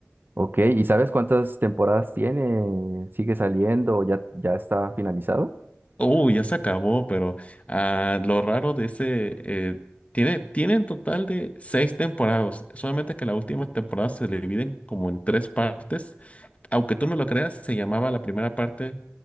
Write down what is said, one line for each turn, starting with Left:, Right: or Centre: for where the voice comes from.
Right: Ok, ¿y sabes cuántas temporadas tiene? ¿Sigue saliendo? ¿Ya, ya está finalizado?
Left: Uy, ya se acabó, pero ah, lo raro de ese, eh, tiene, tiene en total de seis temporadas, solamente que la última temporada se divide como en tres partes aunque tú no lo creas, se llamaba la primera parte